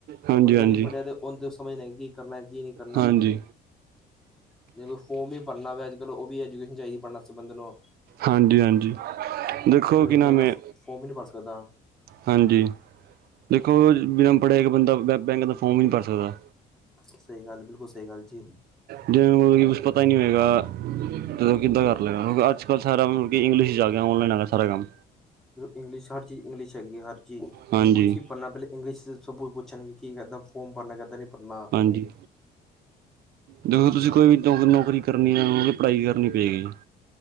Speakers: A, on the right; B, in the centre.
A: ਹਾਂਜੀ
B: ਜੋ ਬੰਦਾ
A: ਹਾਂਜੀ
B: ਨੀ ਪੜ੍ਹਿਆ ਤੇ। ਉਹਦੇ ਉਹ ਸਮਝਦੇ ਕਿ ਕੀ ਕਰਨਾ ਕੀ ਨਹੀਂ ਕਰਨਾੱ
A: ਹਾਂਜੀ
B: ਕਿ। ਦੇਖੋ ਫੋਰਮ ਵੀ ਭਰਨਾ ਹੋਵੇ ਅੱਜਕਲ ਉਹ ਵੀ ਐਜੂਕੇਸ਼ਨ ਚਾਹੀਦੀ ਭਰਨ ਵਾਸਤੇ ਬੰਦੇ ਨੂੰ।
A: ਹਾਂਜੀ ਹਾਂਜੀ ਦੇਖੋ
B: ਨਹੀਂ ਤਾਂ
A: ਕਿ
B: ਬੰਦਾ
A: ਨਾਮ ਏ।
B: ਫੋਰਮ ਵੀ ਨਹੀਂ ਭਰ ਸਕਦਾ
A: ਹਾਂਜੀ ਦੇਖੋ ਬਿਨਾ ਪੜ੍ਹਿਆ ਇੱਕ ਬੰਦਾ ਬੈਂਕ ਦਾ ਫੋਮ ਵੀ ਨਹੀਂ ਭਰ ਸਕਦਾ।
B: ਸਹੀ ਗੱਲ ਬਿਲਕੁਲ ਸਹੀ ਗੱਲ ਜੀ
A: ਜਿਵੇ ਮਤਲਬ ਕਿ ਕੁਛ ਪਤਾ ਹੀ ਨਹੀਂ ਹੋਏਗਾ ਤਦੋ ਕਿੱਦਾਂ ਕਰ ਲਗਾ ਅੱਜ। ਸਾਰਾਤਲਬ ਇੰਲਿਸ਼ ਚ ਆ ਗਿਆ ਔਨਲਾਈਨ ਆ ਗਿਆ ਸਾਰ ਕੰਮ।
B: ਇੰਗਲਿਸ਼ ਹਰ ਚੀਜ਼ ਇੰਗਲਿਸ਼ ਹੈਗੀ ਹਰ ਚੀਜ਼
A: ਹਾਂਜੀ
B: ਕੁਛ ਹੀ ਪੜਨਾ ਪਲੇ ਇੰਗਲਿਸ਼ ਚ ਸਭ ਕੁਛ ਪੁੱਛਣਗੇ ਕੀ ਕਰਨਾ ਫੋਮ ਭਰਨਾ ਕਦੇ ਨੀ ਭਰਨਾ।
A: ਹਾਂਜੀ ਦੇਖੋ ਤੁਸੀਂ ਕੋਈ ਵੀ ਨੌਕਰੀ ਕਰਨੀ ਆ ਉਹ ਪੜ੍ਹਾਈ ਕਰਨੀ ਪਏਗੀ।